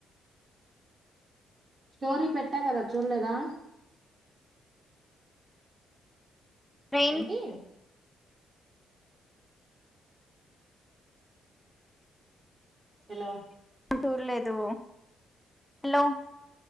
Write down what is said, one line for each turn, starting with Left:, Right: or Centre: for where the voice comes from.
Right: స్టోరీ పెట్టా కదా చుల్లేదా
Centre: రెయిన్బో
Right: ఏంటి హలో
Centre: టూర్ లేదు హలో